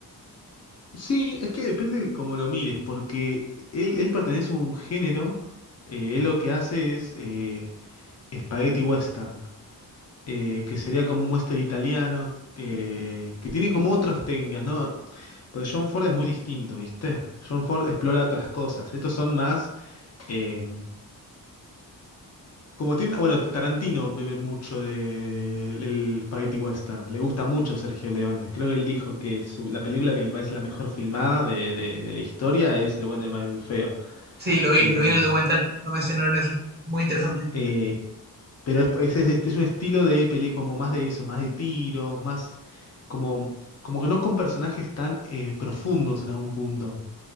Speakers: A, on the left (about 45°); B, on the right (about 25°).
A: Sí, es que depende cómo lo mires, porque él, él pertenece a un género. eh, él lo que hace es eh, spaghetti western, eh, que sería como un western italiano, que que tiene como otras técnicas, ¿no? Pues John Ford es muy distinto, ¿viste? John Ford explora otras cosas. Estos son más. eh, Como tiene, bueno, Tarantino bebe mucho de- del Spaghetti Western. Le gusta mucho Sergio Leone. Creo que él dijo que su- la película que le parece la mejor filmada de, de- de la historia es El bueno, el malo y el feo.
B: Sí, lo vi,
A: Eh,
B: lo vi en el documental, lo mencionaron eso. Muy interesante.
A: eh, pero es, es- es- es un estilo de peli como más de eso, más de tiros, más como, como que no con personajes tan eh, profundos en algún punto.